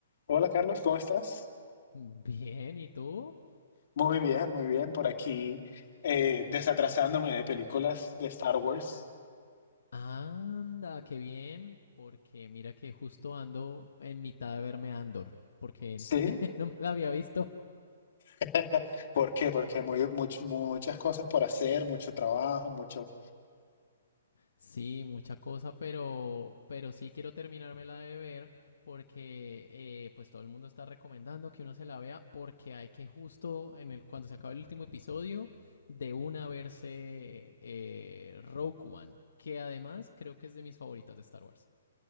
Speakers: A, on the left (about 60°); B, on the left (about 80°).
A: Hola Carlos, ¿cómo estás?
B: Bien, ¿y tú?
A: Muy bien, muy bien. Por aquí eh, desatrasándome de películas de Star Wars.
B: Anda, qué bien, porque mira que justo ando en mitad de verme Andor, porque
A: ¿Sí?
B: <laughs> no me la había visto.
A: <laughs> ¿Por qué? Porque muy, much- muchas cosas por hacer, mucho trabajo, mucho...
B: Sí, mucha cosa, pero, pero sí quiero terminármela de ver porque eh, pues todo el mundo está recomendando que uno se la vea porque hay que justo en el, cuando se acabe el último episodio de una verse eh, Rogue One, que además creo que es de mis favoritas de Star Wars.